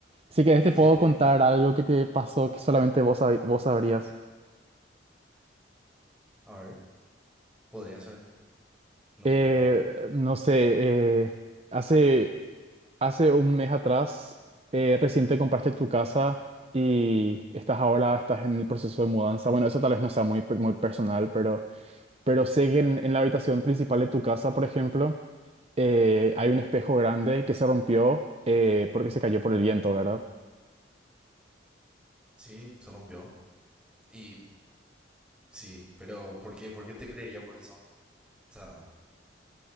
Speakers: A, on the right; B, in the centre.
A: Si querés
B: ¿De
A: te
B: qué?
A: puedo
B: De,
A: contar
B: de...
A: algo que te pasó que solamente vos, sab- vos sabrías.
B: A ver, podría ser. No
A: Eh,
B: creo.
A: no sé, eh, hace Hace un mes atrás, eh, recién te compraste tu casa y estás ahora, estás en el proceso de mudanza. Bueno, eso tal vez no sea muy, per- muy personal, pero, pero sé que en, en la habitación principal de tu casa, por ejemplo, eh, hay un espejo grande que se rompió eh, porque se cayó por el viento, ¿verdad?
B: Sí, se rompió. Y sí, pero ¿por qué, por qué te creería por eso? O sea,